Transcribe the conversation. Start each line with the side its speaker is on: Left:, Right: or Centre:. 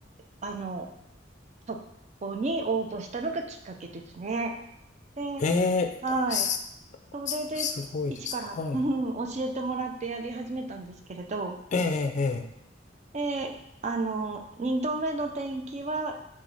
Right: あの、そこに応募したのがきっかけですね。で、
Left: え
Right: はい。
Left: え、す、
Right: それで、
Left: すすごいですね。
Right: 一から、
Left: はい。
Right: うん教えてもらってやり始めたんですけれど、
Left: ええ、ええ。
Right: で、あの、二度目の転機は、